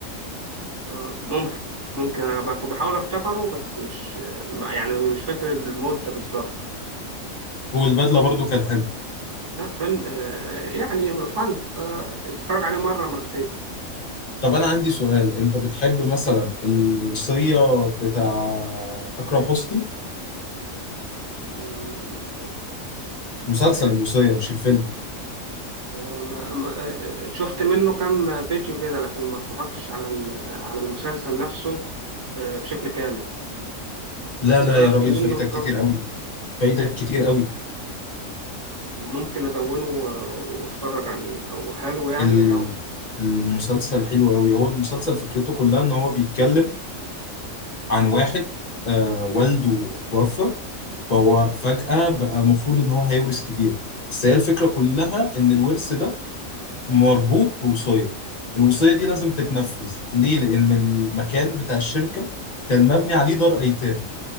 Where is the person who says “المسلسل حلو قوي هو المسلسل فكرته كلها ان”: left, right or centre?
Left